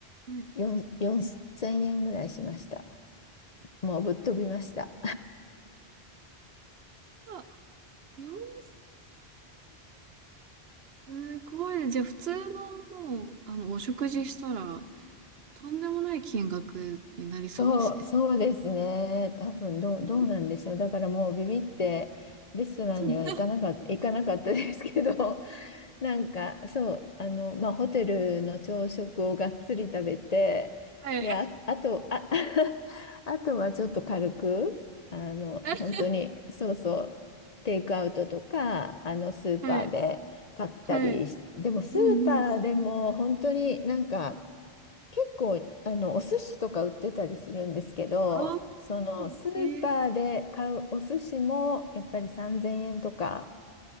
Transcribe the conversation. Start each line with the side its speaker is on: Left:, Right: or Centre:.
Right: ん。はい。
Left: 4、4000円ぐらいしました。もうぶっ飛びました。
Right: あ、4 0すごいね。じゃあ、普通のもう、あの、お食事したら、とんでもない金額になりそうですね。
Left: <laughs> そう、そうですね。多分どう、
Right: うん
Left: どうなんでしょう。だからもうビビってレストランには行かなかった、
Right: <laughs>
Left: 行かなかったですけど、なんかそう、あの、まあ、ホテルの朝食をがっつり食べて、
Right: はい。
Left: で、あ、あと、あ、<laughs> あとはちょっと軽く、あの、
Right: は
Left: 本当に、そうそう、テイクアウトとか、あの、スーパーで買ったりし、
Right: い。はい。
Left: でもスーパーでも本当になんか、
Right: うんうん。
Left: 結構、あの、お寿司とか売ってたりするんですけど、
Right: あ
Left: その、スーパーで買うお寿司も、
Right: あ、ええ
Left: やっぱり3000円とか、
Right: か。